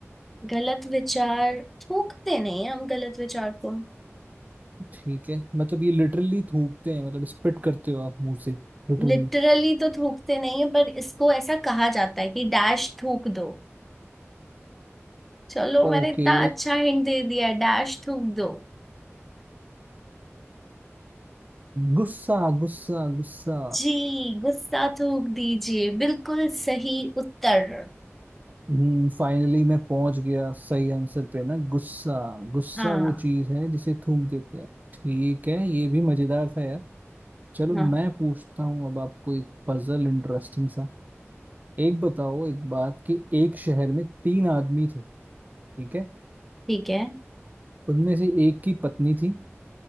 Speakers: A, in the centre; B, on the right.
A: गलत विचार थूकते नहीं है हम गलत विचार को
B: ठीक है मतलब ये लिटरली थूकते हैं मतलब स्पिट करते हो आप मुंह से लिटरली
A: लिटरली तो थूकते नहीं है पर इसको ऐसा कहा जाता है कि डैश थूक दो चलो मैंने
B: ओके
A: इतना अच्छा हिंट दे दिया डैश थूक दो
B: गुस्सा गुस्सा गुस्सा
A: जी गुस्सा थूक दीजिए बिल्कुल सही उत्तर
B: हम्म फाइनली मैं पहुंच गया सही आंसर पे ना गुस्सा गुस्सा
A: हाँ
B: वो चीज है जिसे थूक देते हैं ठीक है ये भी मजेदार था यार चलो
A: हाँ
B: मैं पूछता हूँ अब आपको एक पजल इंटरेस्टिंग सा एक बताओ एक बात कि एक शहर में तीन आदमी थे ठीक है
A: ठीक है
B: उनमें से एक की पत्नी थी